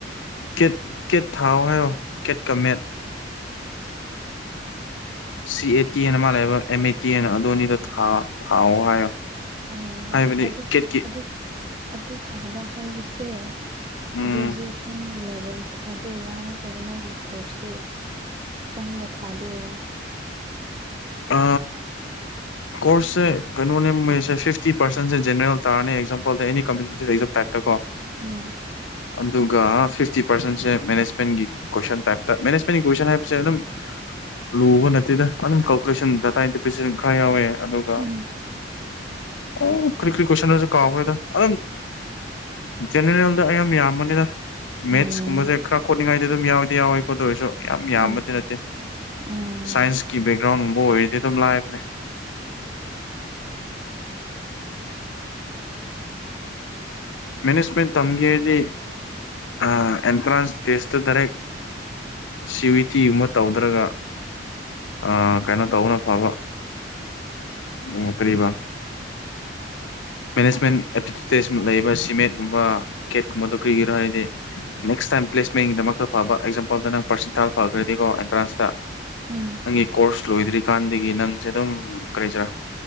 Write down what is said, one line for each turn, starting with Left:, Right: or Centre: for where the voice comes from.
Left: ꯀꯦꯠ ꯀꯦꯠ ꯊꯥꯎ ꯍꯥꯏꯔꯣ ꯀꯦꯠ ꯀꯃꯦꯠ ꯁꯤ ꯑꯦ ꯇꯤ ꯑꯅ ꯃꯥ ꯂꯩꯕ ꯑꯦꯝ ꯑꯦ ꯇꯤ ꯑꯅ ꯑꯗꯨ ꯑꯅꯤꯗꯣ ꯊꯥꯎꯑꯣ ꯍꯥꯏꯌꯣ
Right: ꯑꯣ
Left: ꯍꯥꯏꯕꯗꯤ
Right: ꯑꯗꯨ
Left: ꯀꯦꯠꯀꯤ
Right: ꯑꯗꯨ ꯑꯗꯨ ꯊꯥꯕ ꯍꯥꯏꯕꯁꯦ
Left: ꯎꯝ
Right: ꯒ꯭ꯔꯦꯖꯨꯑꯦꯁꯟꯒꯤ ꯂꯦꯕꯦꯜꯗ ꯊꯥꯗꯣꯏꯔꯥ ꯅ ꯅꯠꯇ꯭ꯔꯒ ꯅꯣꯏꯒꯤ ꯀꯣꯔꯁꯇꯨ ꯆꯪꯒ ꯊꯥꯗꯣꯏꯔꯥ
Left: ꯑ
Right: <inaudible> <inaudible>
Left: ꯀꯣꯔꯁꯁꯦ ꯀꯩꯅꯣꯅꯦ ꯃꯣꯏꯁꯦ ꯐꯤꯐꯇꯤ ꯄꯔꯁꯦ ꯖꯦꯅꯔꯦꯜ ꯇꯥꯔꯅꯤ ꯑꯦꯛꯖꯥꯝꯄꯜꯗ ꯑꯦꯅꯤ ꯀꯝꯄꯤꯇꯤꯇꯤꯞ ꯑꯦꯛꯖꯥꯝ ꯇꯥꯏꯞꯇꯀꯣ
Right: ꯎꯝ
Left: ꯑꯗꯨꯒ ꯐꯤꯐꯇꯤ ꯄꯥꯔꯁꯦꯟꯁꯦ ꯃꯦꯅꯦꯖꯃꯦꯟꯒꯤ ꯀꯣꯏꯁꯟ ꯇꯥꯏꯞꯇ ꯃꯦꯅꯦꯖꯃꯦꯟꯒꯤ ꯀꯣꯏꯁꯟ ꯍꯥꯏꯕꯁꯦ ꯑꯗꯨꯝ ꯂꯨꯕ ꯅꯠꯇꯦꯗ ꯑꯗꯨꯝ ꯀꯥꯜꯀꯨꯂꯦꯁꯟ ꯗꯥꯇꯥ ꯏꯟꯇꯤꯄꯦꯁꯟ ꯈꯔ ꯌꯥꯎꯋꯦ ꯑꯗꯨꯒ
Right: ꯎꯝ
Left: ꯑꯣ ꯀ ꯀꯔꯤ ꯀꯁꯅ ꯀꯥꯕꯔꯗ ꯑ ꯒꯦꯅꯦꯔꯦꯜꯗ ꯑꯌꯥꯝꯕ ꯌꯝꯕꯅꯤꯗ
Right: ꯎꯝ
Left: ꯃꯦꯠꯁ ꯀꯨꯝꯕꯁꯦ ꯈꯔ ꯈꯣꯠꯅꯤꯡꯉꯥꯏꯗꯤ ꯑꯗꯨꯝ ꯌꯥꯎꯏꯗꯤ ꯌꯥꯎꯋꯦ ꯈꯣꯠꯇ ꯑꯣꯏꯔꯁꯨ ꯌꯥꯝ
Right: ꯎꯝ
Left: ꯌꯥꯝꯕꯗꯤ ꯅꯠꯇꯦ
Right: ꯎꯝ
Left: ꯁꯥꯏꯟꯁ
Right: ꯎꯝ
Left: ꯕꯦꯛꯒ꯭ꯔꯥꯎꯟꯕ ꯑꯣꯏꯔꯗꯤ ꯑꯗꯨꯝ ꯂꯥꯛꯑꯦꯕꯅꯦ ꯃꯦꯅꯦꯖꯄ ꯇꯝꯒꯦꯗꯤ ꯑꯦꯟꯇ꯭ꯔꯥꯟꯁ ꯇꯦꯁꯇ ꯗꯥꯔꯦꯛ ꯁꯤꯋꯤꯇꯤꯒꯨꯝꯕ ꯇꯧꯗ꯭ꯔꯒ ꯑ ꯀꯩꯅꯣ ꯇꯧꯕꯅ ꯐꯕ ꯑꯥ ꯀꯔꯤꯕ ꯃꯦꯅꯦꯖꯃꯦꯟ ꯑꯦꯞꯇꯤꯇꯨꯁ ꯂꯩꯕꯁꯤ ꯃꯦꯠꯀꯨꯝꯕ ꯀꯦꯠꯀꯨꯝꯕꯗꯣ ꯀ꯭ꯔꯤꯒꯤꯔꯣ ꯍꯥꯏꯔꯗꯤ ꯅꯦꯛꯁ ꯇꯥꯏꯝ ꯄ꯭ꯂꯦꯁꯃꯦꯟꯒꯤꯗꯃꯛꯇ ꯐꯕ ꯑꯦꯛꯖꯥꯝꯄꯜꯗ ꯅꯪ ꯄꯥꯔꯁꯦꯟꯇꯥꯥꯖ ꯐꯈ꯭ꯔꯗꯤꯀꯣ ꯑꯦꯟꯇ꯭ꯔꯥꯟꯁꯇ
Right: ꯎꯝ
Left: ꯅꯪꯒꯤ ꯀꯣꯔꯁ ꯂꯣꯏꯗ꯭ꯔꯤꯀꯥꯟꯗꯒꯤ ꯅꯪꯁꯦ ꯑꯗꯨꯝ ꯀꯔꯤꯁꯤꯔꯥ